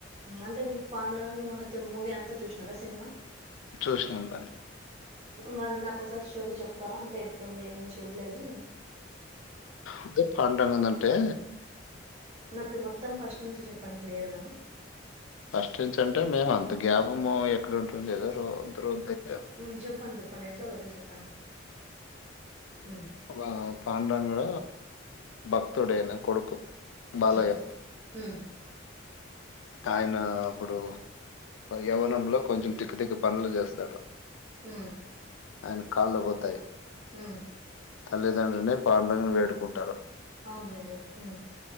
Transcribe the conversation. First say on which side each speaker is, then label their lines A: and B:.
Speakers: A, on the right; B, on the left.
A: అంటే మీకు పాడురంగ మహత్యం మూవీ అంతా చూసినారా సినిమా
B: చూసినాను దాన్ని
A: మరి నాకోసారి స్టోరీ చెప్తారా అంటే ఎట్లుంది నేను చూడలేదు
B: అదే పాడురంగం ఏందంటే
A: నాకు మొత్తం ఫస్ట్ నుంచి చెప్పండి క్లియర్గా
B: ఫస్ట్ నుంచి అంటే మేము అంత గ్యాప్ మూవీ ఎక్కడ ఉంటుంది ఏదో రో అందరు అంతయి
A: ఊ చెప్పండి చెప్పండి ఎట్లో గట్లో చెప్పండి ఉమ్
B: ఊ పాండరంగా భక్తుడేనా కొడుకు బాలయ్య
A: ఉమ్ ఉమ్
B: ఆయన అప్పుడు యవ్వనంలో కొంచెం తిక్కు తిక్క పనులు చేస్తాడు
A: ఊ
B: ఆయన కాళ్లు పోతాయి
A: ఊ
B: తల్లిదండ్రులని పండురంగం ని వేడుకుంటారు
A: అవునులేండి ఊ